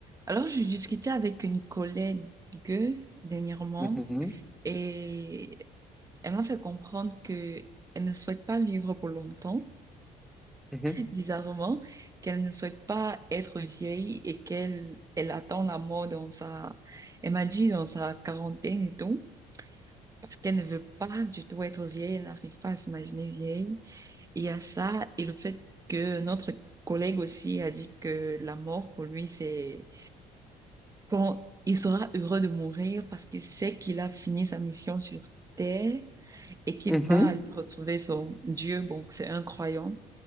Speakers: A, on the right; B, in the centre.
A: Alors, j'ai discuté avec une collègue dernièrement
B: Mhm,
A: et elle m'a fait comprendre que elle ne souhaite pas vivre pour longtemps,
B: mhm,
A: <laughs> bizarrement, qu'elle ne souhaite pas être vieille et qu'elle elle attend la mort dans sa, elle m'a dit dans sa quarantaine et tout, parce qu'elle ne veut pas du tout être vieille, elle n'arrive pas à s'imaginer vieille. Et il y a ça et le fait que notre collègue aussi a dit que la mort pour lui, c'est quand il sera heureux de mourir parce qu'il sait qu'il a fini sa mission sur Terre et qu'il
B: mhm.
A: va aller retrouver son Dieu. Bon, c'est un croyant.